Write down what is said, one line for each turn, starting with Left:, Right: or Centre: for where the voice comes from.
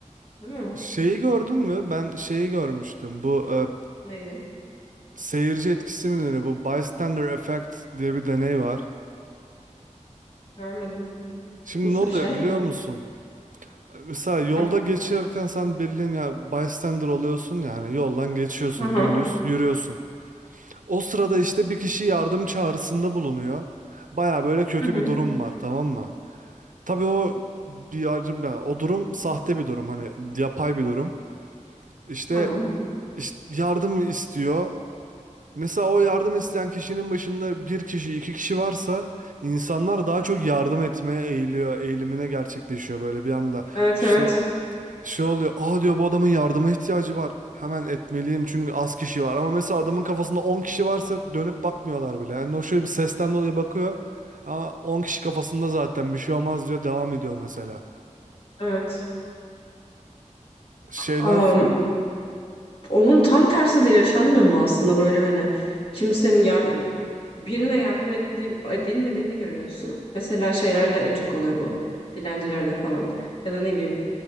Left: Değil mi?
Right: Şeyi gördün mü? Ben şeyi görmüştüm. Bu e,
Left: Neyi?
Right: Seyirci etkisi mi deniyor? Bu bystander effect diye bir deney var.
Left: Görmedim.
Right: Şimdi
Left: Nasıl
Right: ne oluyor
Left: bir şey?
Right: biliyor musun? Mesela yolda
Left: Ha.
Right: geçerken sen bildiğin ya bystander oluyorsun yani yoldan geçiyorsun
Left: hı hı.
Right: dümdüz
Left: hı.
Right: yürüyorsun. O sırada işte bir kişi yardım çağrısında bulunuyor. Baya böyle kötü
Left: Hı
Right: bir durum var tamam mı? Tabii o bir yardım ya o durum sahte bir durum hani yapay bir durum. İşte,
Left: Tamam.
Right: işte yardım istiyor. Mesela o yardım isteyen kişinin başında bir kişi, iki kişi varsa insanlar daha çok yardım etmeye eğiliyor, eğilimine gerçekleşiyor böyle bir anda.
Left: Evet
Right: İşte
Left: evet.
Right: şey oluyor, aa diyor bu adamın yardıma ihtiyacı var. Hemen etmeliyim çünkü az kişi var. Ama mesela adamın kafasında 10 kişi varsa dönüp bakmıyorlar bile. Yani o şöyle bir sesten dolayı bakıyor. Ama 10 kişi kafasında zaten bir şey olmaz diyor, devam ediyor mesela.
Left: Evet.
Right: Şeyler,
Left: Aa,
Right: f-
Left: Onun tam tersi de yaşanmıyor mu aslında böyle hani kimsenin yardım hani birine yardım edildiğin, edilmediğini görüyorsun. Mesela şeylerde en çok oluyor bu. Dilencilerde falan. Ya da ne bileyim